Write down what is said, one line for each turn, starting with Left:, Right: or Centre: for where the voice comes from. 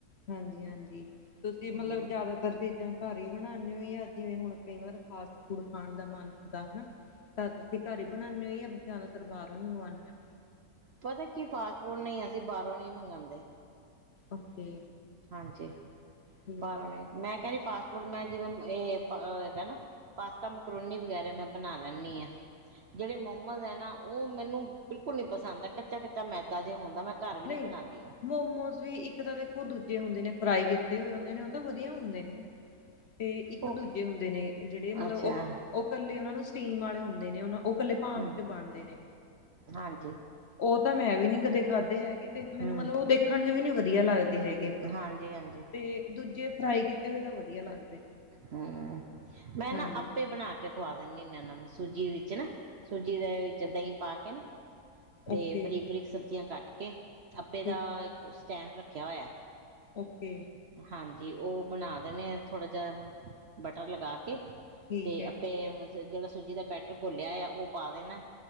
Left: ਹਾਂਜੀ- ਹਾਂਜੀ ਤੁਸੀਂ
Right: ਹੂੰ,
Left: ਮਤਲਬ ਜ਼ਿਆਦਾਤਰ ਚੀਜ਼ਾਂ ਘਰ ਹੀ ਬਣਾਉਂਦੇ ਹੋ ਜਾਂ ਜਿਵੇਂ ਹੁਣ ਕਈ ਵਾਰ ਫਾਸਟ ਫੂਡ ਖਾਣ ਦਾ ਮਨ ਹੁੰਦਾ ਹਨਾ। ਤਾਂ ਤੁਸੀਂ ਘਰ ਹੀ ਬਣਾਉਂਦੇ ਹੋ ਜਾਂ ਜ਼ਿਆਦਾਤਰ ਬਾਹਰੋਂ ਹੀ ਮੰਗਵਾਉਂਦੇ ਹੋ।
Right: ਪਤਾ ਕੀ ਫਾਸਟ ਫੂਡ ਨਹੀਂ ਅਸੀਂ ਬਾਹਰੋਂ ਨੀ ਮੰਗਵਾਉਂਦੇ।
Left: ਓਕੇ।
Right: ਹਾਂਜੀ।
Left: ਠੀਕ
Right: ਬਾਹਰੋਂ
Left: ਹੈ
Right: ਨਹੀਂ, ਮੈਂ ਕਹਿ ਰਹੀ ਫਾਸਟ ਫੂਡ ਮੈਂ ਜਿਵੇਂ ਇਹ ਹੈਗਾ ਨਾ। ਪਾਸਤਾ, ਮਕਰੂਨੀ ਵਗੈਰਾ ਮੈਂ ਬਣਾ ਲੈਂਨਿ ਹਾਂ। ਜਿਹੜੇ ਮੋਮੋਜ਼ ਹੈ ਨਾ ਉਹ ਮੈਨੂੰ ਬਿਲਕੁਲ ਨੀ ਪਸੰਦ ਹੈ ਕੱਚਾ- ਕੱਚਾ ਮੈਦਾ ਜੇ ਹੁੰਦਾ ਮੈਂ ਘਰ ਵੀ
Left: ਨਹੀਂ,
Right: ਨੀ ਬਣਾਉਂਦੀ ਉਹ
Left: ਮੋਮੋਸ ਵੀ ਇੱਕ ਤਾਂ ਦੇਖੋ ਦੂਜੇ ਹੁੰਦੇ ਨੇ ਫਰਾਈ ਕੀਤੇ ਹੋਏ ਹੁੰਦੇ ਨੇ ਉਹ ਤਾਂ ਵਧੀਆ ਹੁੰਦੇ ਨੇ। ਤੇ ਇੱਕ-
Right: ਉਹ
Left: ਦੂਜੇ ਹੁੰਦੇ ਨੇ ਜਿਹੜੇ ਮਤਲਬ
Right: ਅੱਛਾ
Left: ਉਹ, ਉਹ ਇਕੱਲੇ ਉਹਨਾ ਨੂੰ ਸਟੀਮ ਵਾਲੇ ਹੁੰਦੇ। ਨੇ ਉਹ- ਉਹ ਇਕੱਲੇ ਭਾਂਪ
Right: ਹਮ
Left: ਕੇ ਬਣਦੇ ਨੇ
Right: ਹਾਂਜੀ
Left: ਉਹ ਤਾਂ ਮੈਂ ਵੀ ਨੀ ਕਦੇ ਖਾਧੀ। ਹੈਗੇ ਤੇ ਮੈਨੂੰ
Right: ਹਮ
Left: ਮਤਲਬ ਉਹ ਦੇਖਣ ਚ' ਵੀ ਨੀ ਵਧੀਆ ਲੱਗਦੇ ਹੈਗੇ।
Right: ਹਾਂਜੀ ਹਾਂਜੀ
Left: ਤੇ ਦੂਜੇ ਫਰਾਈ ਕੀਤੇ ਹੋਏ ਤਾਂ ਵਧੀਆ ਲੱਗਦੇ।
Right: ਹੂ, ਮੈਂ
Left: ਹਾਂਜੀ
Right: ਨਾ ਆਪੇ ਬਣਾ ਕੇ ਖਵਾ ਦਿੰਦੇ ਹੁੰਦੇ ਉਹਨਾਂ ਨੂੰ ਸੂਜੀ ਵਿੱਚ ਨਾ, ਸੂਜੀ ਦੇ ਵਿੱਚ ਦਹੀਂ ਪਾ ਕੇ ਨਾ ਤੇ
Left: ਓਕੇ
Right: ਬਰੀਕ-ਬਰੀਕ ਸਬਜ਼ੀਆਂ ਕੱਟ ਕੇ ਆਪੇ ਦਾ
Left: ਠੀਕ
Right: ਸਟੈਂਡ ਰੱਖਿਆ ਹੋਇਆ।
Left: ਓਕੇ।
Right: ਹਾਂਜੀ ਓ ਬਣਾ ਦੇਣੇ ਆ ਥੋੜ੍ਹਾ ਜਿਆ ਬਟਰ ਲਗਾ ਕੇ।
Left: ਠੀਕ
Right: ਤੇ
Left: ਹੈ
Right: ਆਪੇ
Left: ਠੀਕ ਹੈ
Right: ਮਤਬ ਜੇੜਾ ਸੂਜੀ ਦਾ ਬੈਟਰ ਘੋਲਿਆ ਓਇਆ ਓ ਪਾ ਦੇਣਾ।